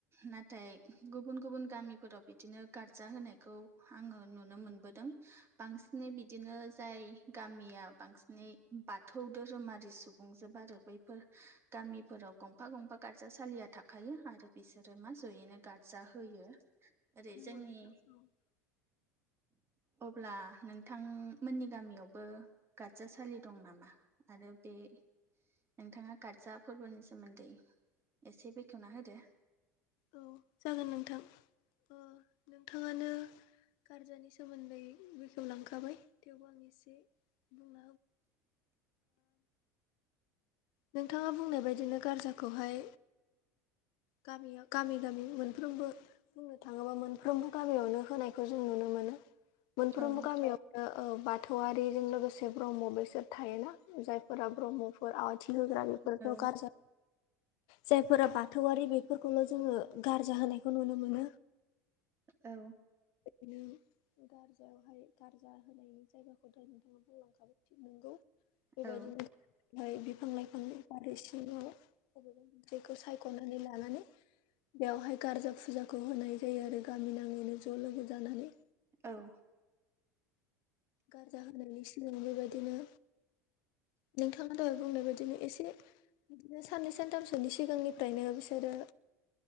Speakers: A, on the right (about 30°); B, on the left (about 65°).
A: नाथाय गुबुन गुबुन गामिफोराव बिदिनो गार्जा होनायखौ आङो नुनो मोनबोदों बांसिनै बिदिनो जाय गामिया बांसिनै बाथौ धोरोमारि सुबुंजोब आरो बैफोर गामिफोराव गंफा गंफा गारजासालिया थाखायो आरो बिसोरो मा जयैनो गारजा होयो ओरै
B: नंगौ
A: जोंनि
B: नोंथां औ
A: अब्ला नोंथांमोननि गामियावबो गारजासालि दं नामा आरो बे नोंथाङा गारजा फोरबोनि सोमोन्दै एसे बेखेवना होदो
B: औ जागोन नोंथां औ नोंथाङानो गारजानि सोमोन्दै बेखेवलांखाबाय थेवबो आं एसे बे <unintelligible>
A: <unintelligible>
B: नोंथाङा बुंनाय बायदिनो गारजाखौहाय गामियाव गामि गामि मोनफ्रोमबो बुंनो थाङोबा मोनफ्रोमबो गामियावनो होनायखौ जों नुनो मोनो मोनफ्रोमबो
A: औ
B: गामियाव बाथौआरिजों लोगोसे ब्रह्म बेसोर थायोना जायफोरा ब्रह्मफोर दग्रा बेिफोरथखार
A: औ
B: ज जायफोरा बाथौआरि बेफोरखौल' जोङो गारजा होनायखौ नुनो मोनो
A: औ।
B: बि गारजायावहाय गारजा होनायनि जायगाखौथ नोंथाङा बुंलांखाबाय नंगौ बेबायदिनोाय
A: औ
B: बिफां लाइफांनि बारिै सिङाव बबेबा बिखौ सायख'नानै लानानै बेवहाय गारजा फुजाखौ होनाय जायो आरो गामि नाङैनो ज' लोगो जानानै
A: औ
B: गारजा होनायनि सिगां बेबायदिनो नोंथाङा दहाय बुंनाय बायदिनो एसे बिदिनो साननै सानथामसोनि सिगांनिफ्रायनो बिसोरो